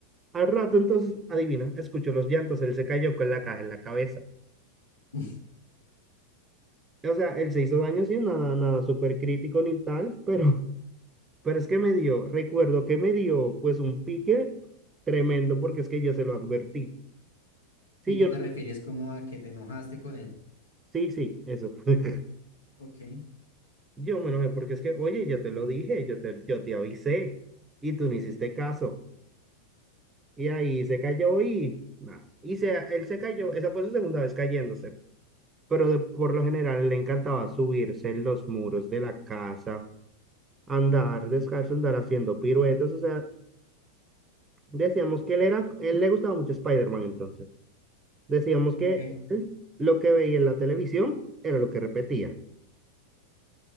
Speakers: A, on the right (about 20°); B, on the left (about 70°).
A: Al rato, entonces, adivina, escuchó los llantos, él se cayó con la caja en la cabeza.
B: <laughs>
A: O sea, él se hizo daño, sí, nada, nada súper crítico ni tal, <laughs> pero, pero es que me dio, recuerdo que me dio, pues, un pique tremendo, porque es que yo se lo advertí. Sí,
B: Vi que
A: yo,
B: te refieres como a que te enojaste con él.
A: sí, sí, eso. <laughs>
B: Ok,
A: Yo me enojé, porque es que, oye, yo te lo dije, yo te, yo te avisé, y tú no hiciste caso. Y ahí se cayó y, nada, y se, él se cayó, esa fue su segunda vez cayéndose. pero de- por lo general le encantaba subirse en los muros de la casa, andar descalzo, andar haciendo piruetas, o sea, decíamos que él era, él le gustaba mucho Spider-Man entonces. Decíamos
B: ok.
A: que él lo que veía en la televisión era lo que repetía.